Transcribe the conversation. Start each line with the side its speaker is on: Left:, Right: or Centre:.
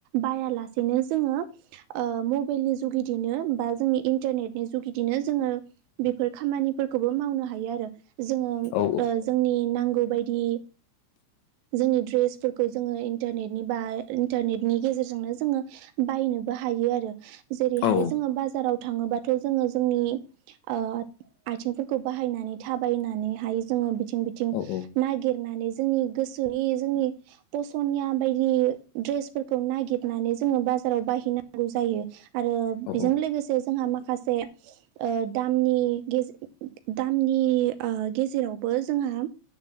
Right: बायालासेनो जोङो ओ मबाइलनि जुगिदिनो बा जोंनि इन्टारनेटनि जुगिदिनो जोङो बेफोर खामानिफोरखौबो मावनो हायो आरो जोङो
Left: औ
Right: ओ जोंनि नांगौ बायदि जोंनि ड्रेसफोरखौ जोङो इन्टारनेटनि बा इन्टारनेटनि गेजेरजोंनो जोङो बायनोबो हा हायो आरो जेरैहाय
Left: औ
Right: जोङो बाजाराव थाङोबा थ' जोङो जोंनि ओ आथिंफोरखौ बाहायनानै थाबाय बायनानैहाय जोङो बिथिं बिथिं
Left: औ
Right: नागिरनानै जोंनि गोसो जुदि जोंनि फसनिया बायदि द्रेसफोरखौ नागिरनानै जोङो बासिनानै बाजाराव बाहैनांगौ जायो आरो
Left: औ
Right: बेजों
Left: औ
Right: लोगोसे जोंहा माखासे ओ दामनि गेजेर दामनि ओ गेजेरावबो जोंहा